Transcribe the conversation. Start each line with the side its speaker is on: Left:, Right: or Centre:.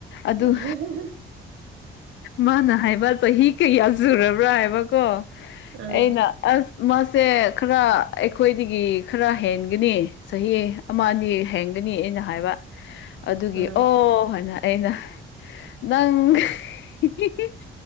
Right: <unintelligible>
Left: ꯑꯗꯨ ꯃꯥꯅ ꯍꯥꯏꯕ ꯆꯍꯤ ꯀꯌꯥ ꯁꯨꯔꯕ꯭ꯔꯥ ꯍꯥꯏꯕꯀꯣ
Right: ꯑꯥ
Left: ꯑꯩꯅ ꯑꯁ ꯃꯥꯁꯦ ꯈꯔ ꯑꯩꯈꯣꯏꯗꯒꯤ ꯈꯔ ꯍꯦꯟꯒꯅꯤ ꯆꯍꯤ ꯑꯃ ꯑꯅꯤ ꯍꯦꯟꯒꯅꯤ ꯑꯩꯅ ꯍꯥꯏꯕ ꯑꯗꯨꯒꯤ
Right: ꯑꯥ
Left: ꯑꯣ ꯍꯥꯏꯅ ꯑꯩꯅ ꯅꯪ <unintelligible>